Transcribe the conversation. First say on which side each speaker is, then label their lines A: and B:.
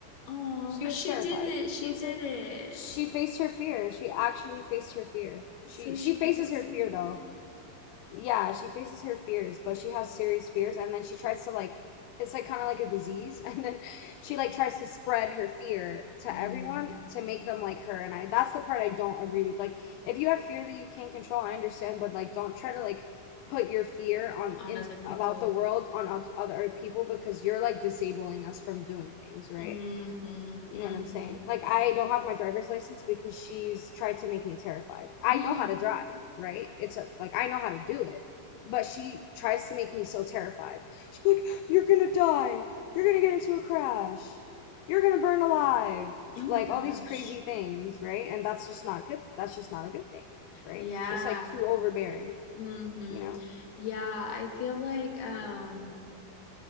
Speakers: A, on the left (about 65°); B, on the left (about 80°).
A: Oh,
B: She
A: but
B: was
A: she
B: terrified.
A: did it.
B: She
A: She
B: was
A: did
B: like,
A: it
B: she faced her fear. She actually faced her fear.
A: so
B: She
A: she
B: she faces
A: could come see
B: her fear
A: you.
B: though. Yeah, she faces her fears, but she has serious fears, and then she tries to like, it's like kind of like a disease, <laughs> and then she like tries to spread her fear to
A: Mm,
B: everyone to make them like her. And I that's the part I don't agree with. Like, if you have fear that you can't control, I understand, but like, don't try to like put your fear on
A: on
B: in
A: other people.
B: about the world on oth- other people because you're like disabling us from doing things, right?
A: Mm-hmm.
B: You
A: Mm-hmm.
B: know what I'm saying?
A: <gasps>
B: Like, I don't have my driver's license because she's tried to make me terrified. I
A: Mm.
B: know how to drive, right? It's a, like, I know how to do it, but she tries to make me so terrified. She's like, you're gonna die. You're gonna get into a crash. You're gonna burn alive.
A: Oh my
B: Like,
A: gosh.
B: all these crazy things, right? And that's just not good. That's just not a good thing, right?
A: Yeah.
B: It's like too overbearing,
A: Mm-hmm.
B: you know?
A: Yeah, I feel like um